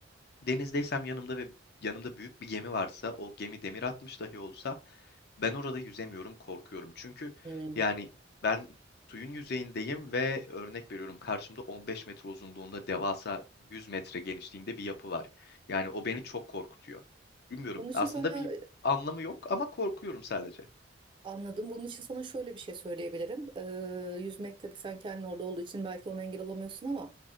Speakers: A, on the left; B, on the right.
A: Denizdeysem yanımda ve yanımda büyük bir gemi varsa o gemi demir atmış dahi olsa ben orada yüzemiyorum, korkuyorum. Çünkü
B: Hı.
A: yani ben suyun yüzeyindeyim ve örnek veriyorum karşımda 15 metre uzunluğunda devasa 100 metre genişliğinde bir yapı var. Yani o beni çok korkutuyor. Bilmiyorum.
B: Onun için
A: Aslında
B: sana
A: bir anlamı yok ama korkuyorum sadece.
B: Anladım. Bunun için sana şöyle bir şey söyleyebilirim. Ee, yüzmek tabii sen kendin orada olduğu için belki ona engel olamıyorsun ama